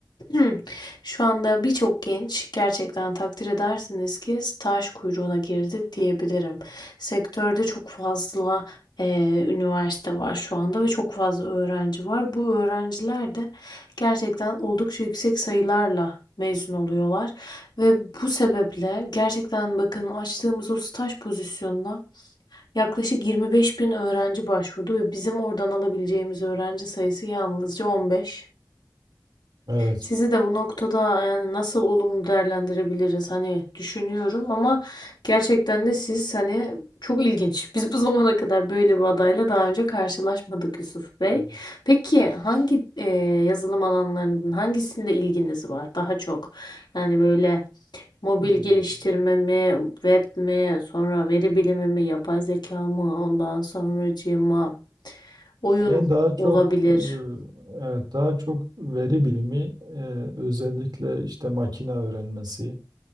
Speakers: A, on the left (about 85°); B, on the right (about 75°).
A: <laughs> şu anda birçok genç gerçekten takdir edersiniz ki staj kuyruğuna girdi diyebilirim. Sektörde çok fazla eee, üniversite var şu anda ve çok fazla öğrenci var. Bu öğrenciler de gerçekten oldukça yüksek sayılarla mezun oluyorlar ve bu sebeple gerçekten bakın açtığımız o staj pozisyonuna Yaklaşık 25 bin öğrenci başvurdu ve bizim oradan alabileceğimiz öğrenci sayısı yalnızca 15.
B: Evet.
A: Sizi de bu noktada yani nasıl olumlu değerlendirebiliriz hani düşünüyorum ama gerçekten de siz hani çok ilginç. Biz bu zamana kadar böyle bir adayla daha önce karşılaşmadık Yusuf Bey.
B: Evet.
A: Peki hangi eee, yazılım alanlarının hangisinde ilginiz var daha çok? Yani böyle Mobil
B: Ee,
A: geliştirme mi, web mi, sonra veri bilimi mi, yapay zeka mı, ondan sonracığıma oyun
B: Yani daha çok
A: olabilir.
B: e, evet daha çok veri bilimi e, özellikle işte makine öğrenmesi